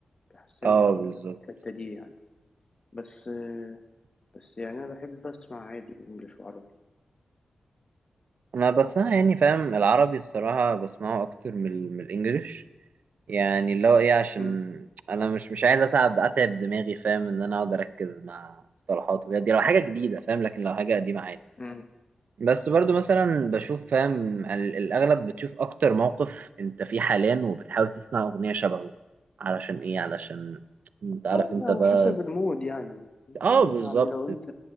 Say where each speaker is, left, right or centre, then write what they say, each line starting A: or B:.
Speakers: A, on the left; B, on the right.
A: بيحسنوا
B: اه بالظبط
A: الحتة دي يعني بس بس يعني أنا بحب أسمع عادي إنجليش وعربي
B: انا بس انا يعني فاهم العربي الصراحه بسمعه اكتر من ال- من الانجليش يعني اللي هو ايه عشان
A: مم.
B: انا مش مش عايز اتعب اتعب دماغي فاهم ان انا اقعد اركز مع مصطلحات وكده دي لو حاجه جديده فاهم لكن لو حاجه قديمه عادي
A: مم.
B: بس برضو مثلا بشوف فاهم ال- الاغلب بتشوف اكتر موقف انت فيه حاليا وبتحاول تسمع اغنيه شبهه علشان ايه علشان انت
A: اه
B: عارف انت بقى
A: وحسب المود يعني
B: اه بالظبط
A: يعني لو أنت